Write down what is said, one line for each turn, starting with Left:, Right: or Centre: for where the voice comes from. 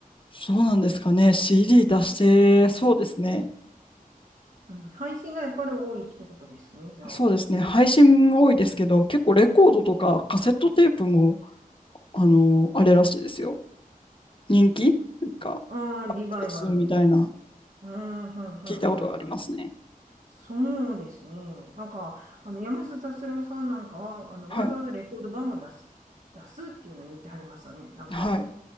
Left: そうなんですかね。CD 出して、そうですね。
Right: うん、配信がやっぱり多いってことですね。じゃあ、
Left: そうですね。
Right: 今、
Left: 配信も多いですけど、結構レコードとかカセットテープもあの、あれらしいですよ。人気が、
Right: ああリバイバルで。
Left: そうみたいな、
Right: うん、うん、うん、
Left: 聞いたことがありますね。
Right: うん、うん。そうですね。なんか、あの、山下達郎さんなんかは、あの、
Left: はい。
Right: わざわざレコード版も出す、出すっていうのを言ってはりましたね。なんかあの、
Left: はい。